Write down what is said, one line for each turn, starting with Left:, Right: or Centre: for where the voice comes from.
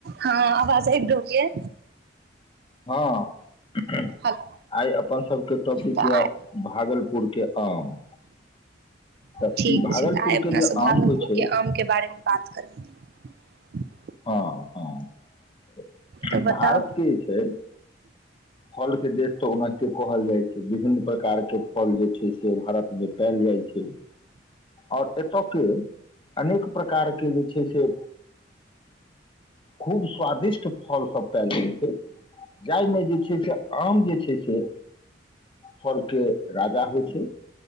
Right: हँ आवाज एक ोगए।
Left: हँ।
Right: हेलो
Left: आइ अपन सभके टॉपिक
Right: तऽ
Left: यए
Right: आइ
Left: भागलपुरके आम। तऽ
Right: ठीक
Left: ई भागलपुर
Right: छै तऽ आइ अपना
Left: के जे
Right: सब भागलपुर
Left: आम होइ छै
Right: के आम के बारे मे बात कर <unintelligible>
Left: हँ हँ।
Right: तऽ
Left: भारतके
Right: बताउ
Left: जे छै फलके देश तऽ ओनाके कहल जाइत छै विभिन्न प्रकारके फल जे छै से भारत देखायल जाइ छै। आओर एतय के अनेक प्रकारके जे छै से खूब स्वादिष्ट फल सब पायल जाइ छै जाहिमे जे छै आम जे छै से फल के राजा होइ छै